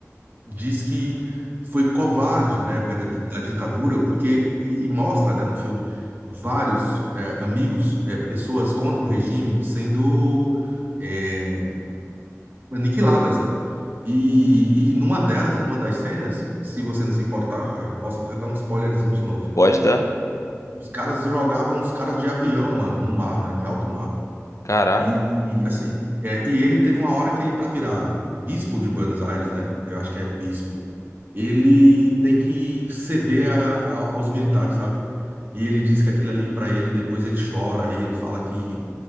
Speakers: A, on the right; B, on the left.
A: diz que foi covarde na época da, da ditadura, porque, e, e mostra, né, no filme, vários é, amigos, é, pessoas contra o regime sendo é, aniquiladas, né? E, e numa delas, numa das cenas, se você não se importar, eu posso até dar um spoilerzinho de novo.
B: Pode dar.
A: Os caras jogavam os caras de avião, mano, no mar, né, em alto mar.
B: Caraca.
A: E, e, assim, é, e ele teve uma hora que ele, para virar bispo de Buenos Aires, né? Eu acho que é bispo ele tem que ceder a- a- aos militares, sabe? E ele diz que aquilo ali pra ele, depois ele chora, e ele fala que